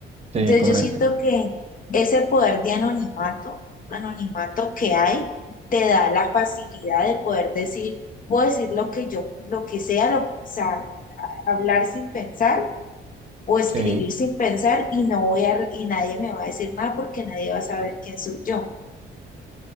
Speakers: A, on the right; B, on the left.
A: sí,
B: Entonces
A: correcto.
B: yo siento que ese poder de anonimato, anonimato que hay, te da la facilidad de poder decir, puedo decir lo que yo, lo que sea, lo- o sea, hablar sin pensar o escribir
A: Sí,
B: sin pensar y no voy a, y nadie me va a decir nada porque nadie va a saber quién soy yo.